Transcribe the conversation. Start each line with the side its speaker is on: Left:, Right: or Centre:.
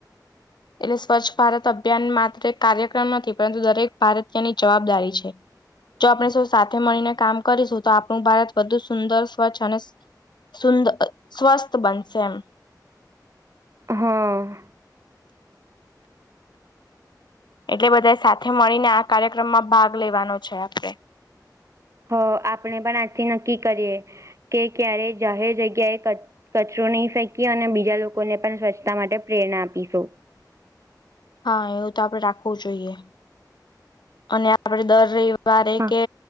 Left: એટલે સ્વચ્છ ભારત અભિયાન માત્ર એક કાર્યક્રમ નથી પરંતુ દરેક ભારતીયની જવાબદારી છે જો આપણે ઔ સાથે મળીને કામ કરીશું તો આપણું ભારત વધુ સુંદર સ્વચ્છ અને સુંદ સ્વસ્થ બનશે એમ.
Right: હમ્મ
Left: એટલે બધા સાથે મળીને આ કાર્યક્રમમાં ભાગ લેવાનો છે આપણે
Right: હ આપણે પણ આજથી નક્કી કરીએ કે ક્યારે જાહેર જગ્યાએ કચ કચરો નહી ફેંકીએ અને બીજા લોકોને પણ સ્વચ્છતા માટે પ્રેરણા આપીશું
Left: હા એવું તો આપડે રાખવું જોઈએ. અને આપડે દર રયવારે
Right: હા.
Left: કે